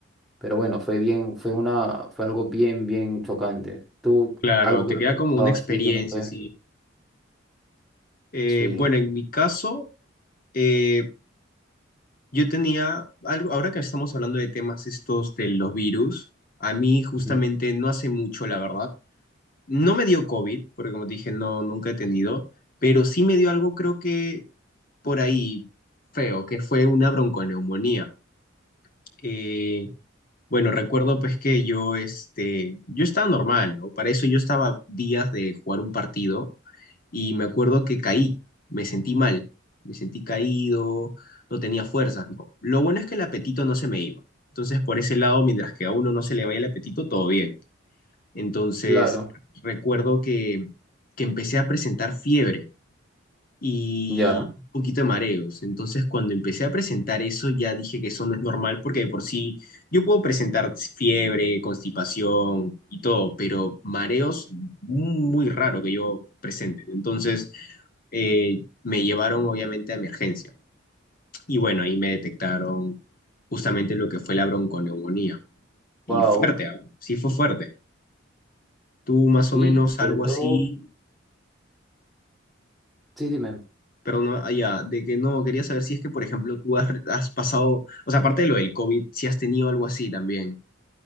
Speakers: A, in the centre; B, on the left.
A: Pero bueno, fue bien, fue una, fue algo bien, bien chocante. Tú,
B: claro,
A: algo
B: te
A: que te
B: queda
A: ha
B: como
A: pasado
B: una experiencia,
A: así, o no sé.
B: sí. Eh,
A: Sí,
B: bueno, en mi caso, eh, Yo tenía algo, ahora que estamos hablando de temas estos de los virus, a mí justamente
A: ujú,
B: no hace mucho, la verdad. No me dio COVID, porque como te dije, no, nunca he tenido, pero sí me dio algo, creo que por ahí feo, que fue una bronconeumonía. Eh, bueno, recuerdo pues que yo, este, yo estaba normal, ¿no? Para eso yo estaba días de jugar un partido y me acuerdo que caí, me sentí mal, me sentí caído, no tenía fuerzas, ¿no? Lo bueno es que el apetito no se me iba. Entonces, por ese lado, mientras que a uno no se le vaya el apetito, todo bien. Entonces,
A: claro,
B: recuerdo que, que empecé a presentar fiebre y
A: ya,
B: un poquito de mareos. Entonces, cuando empecé a presentar eso, ya dije que eso no es normal porque de por sí yo puedo presentar fiebre, constipación y todo, pero mareos muy raro que yo presente. Entonces, eh, me llevaron obviamente a emergencia. Y bueno, ahí me detectaron justamente lo que fue la bronconeumonía. Y
A: wow.
B: fuerte, ¿ah? Sí fue fuerte. ¿Tú más
A: Sí,
B: o menos
A: sobre
B: algo
A: todo,
B: así
A: sí, dime.
B: perdón, ah, ya, de que no, quería saber si es que, por ejemplo, tú has, has pasado, o sea, aparte de lo del COVID, si has tenido algo así también.